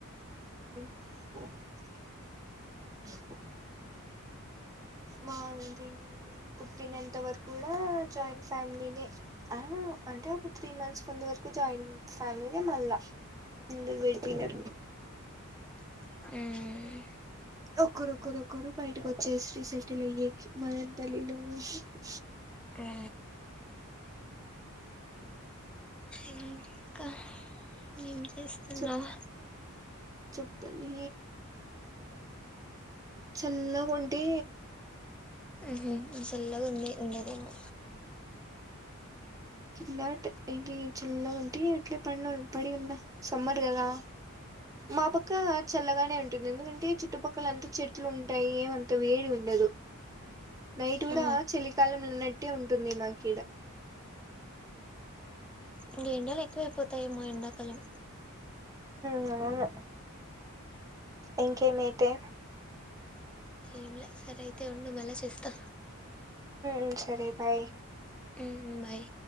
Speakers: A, on the right; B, in the centre.
A: మ్ మా లది నేను పుట్టినంత వరకు కూడా జాయింట్ ఫ్యామిలీనే ఆ అంటే అప్పుడు త్రీ మంత్స్ కొ ము వరకు జాయింట్ ఫ్యామిలీనే మళ్ళా ముందు విడిపోయినారు
B: ఉమ్
A: ఒకరు ఒకరు ఒకరు బయటకి వచ్చేసి సెటిల్ అయ్యే మదన్పల్లి లో అట్లా
B: ఆ ఇంకా ఎం చే చేస్తున్నావ్
A: చెప్ చెప్పాలి చల్ల వంటి
B: ఆ చెల్గా ఉంది ఎందుకో ఏమో
A: ఇ ఇది చిల్ల వంట అట్ ప పడి ఉంద సమ్మర్ కదా మా పక్క చల్లగానే ఉంటుంది ఎందుకంటే చుట్టుపక్కల అంత చెట్లు ఉంటాయి అంత వేడి ఉండయి నైట్ కూడా
B: ఆ
A: చలికాలం ఉన్నట్టే ఉంటుంది మా కీడ
B: ఇంక ఎడాలు ఎక్కువైపోతాయి మాో ఎండాకాలం
A: మ్ అవును ఇంకేమైతే
B: ఎంలే సరే అయితే ఉండు మళ్ళా చేస్తా
A: మ్ సరే బాయ్
B: మ్ బాయ్